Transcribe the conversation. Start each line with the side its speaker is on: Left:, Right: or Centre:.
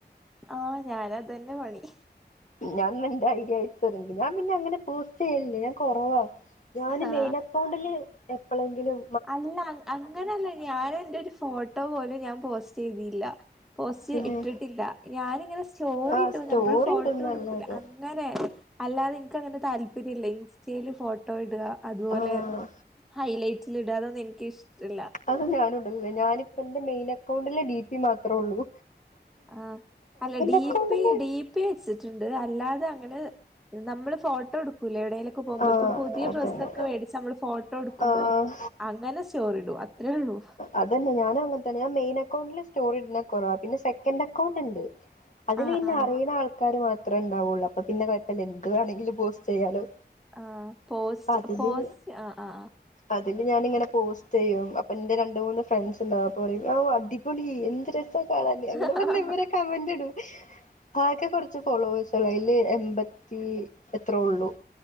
Centre: ആഹ് ഞാൻ അതന്നെ പണി
Left: ഞാൻന്നാ ഇന്റെ ഐഡി അയച്ചരണ്ട് ഞാൻ പിന്നെ അങ്ങനെ പോസ്റ്റ് ചെയ്യലില്ല ഞാൻ കൊറവാ ഞാന്
Centre: ആ
Left: മെയിൻ അക്കൗണ്ടില് എപ്പളെങ്കിലും
Centre: അല്ല അങ്ങനെയല്ല ഞാൻ എന്റെ ഒരു ഫോട്ടോ പോലും ഞാൻ പോസ്റ്റ് ചെയ്തില്ല പോസ്റ്റ്
Left: പിന്നെ
Centre: ഇട്ടിട്ടില്ല ഞാനിങ്ങനെ സ്റ്റോറി
Left: ആഹ്
Centre: ഇടു
Left: സ്റ്റോറി
Centre: നമ്മള് ഫോട്ടോ
Left: ഇടുന്നല്ലാതെ
Centre: എടുക്കൂല അങ് അങ്ങനെ അല്ലാതെ എനിക്ക് അങ്ങനെ താല്പര്യല്ല ഇൻസ്റ്റയിൽ ഫോട്ടോ ഇടുക അതുപോലെ
Left: ആഹ്
Centre: ഹൈലൈറ്റിൽ ഇട അതൊന്നും എനക്ക് ഇഷ്ടല്ല
Left: അത് ഞാനുടല്ല ഞാനിപ്പന്റെ മെയിൽ അക്കൗണ്ടില് ഡി പി മാത്രോള്ളൂ
Centre: ആഹ് അല്ല ഡി
Left: അക്കൗണ്ടില്
Centre: പി ഡി പി വെച്ചിട്ടുണ്ട് അല്ലാതെ അങ്ങനെ നമ്മള് ഫോ ട്ടോ എടുക്കൂലെ എവിടെേലൊക്കെ പോകുമ്പൊ
Left: ആഹ്
Centre: ഇപ്പൊ പുതിയ
Left: അതന്നെ
Centre: ഡ്രസ്സ് ഒക്കെ മേടിച്ചാ മ്മള് ഫോട്ടോ എടുക്കുമ്പോ
Left: ആഹ്
Centre: അങ്ങനെ സ്റ്റോറിടു അത്രേള്ളു
Left: അതന്നെ ഞാനും അങ്ങന തന്നെ ഞാൻ മെയിൻ അക്കൗണ്ടില് സ്റ്റോറി ഇടുന്ന കുറവ പിന്നെ സെക്കൻ് അക്കൗണ്ട് ഉണ്ട് അതില്
Centre: ആ
Left: പിന്നെ
Centre: ആ
Left: അറിയുന്ന ആൾക്കാര് മാത്രമേ ഉണ്ടാവുള്ളൂ അപ്പൊ പിന്നെ കുഴപ്പമില്ല എന്ത് വേണമെങ്കിലും പോസ്റ്റ് ചെയ്യാലോ
Centre: ആ പോസ്റ്റ്
Left: അപ്പൊ അതില്
Centre: പോസ്റ്റ് ആ ആ
Left: അതില് ഞാനിങ്ങനെ പോസ് ചെയ്യും അപ്പൊ എന്റെ രണ്ട് മൂന്ന് ഫ്രണ്ട്സ് ഇണ്ട് അപ്പോ പറയും അടിപൊളി എന്ത് ര സാ കാണാന് അങ്ങനെ
Centre: ആഹ്
Left: പറഞ്ഞ് ഇവര് കമന്റ് ഇടും ആക്കെ കുറച്ച് ഫോളോവേഴ്സുള്ളു അയില് എൺമ്പത്തി എത്രൊള്ളു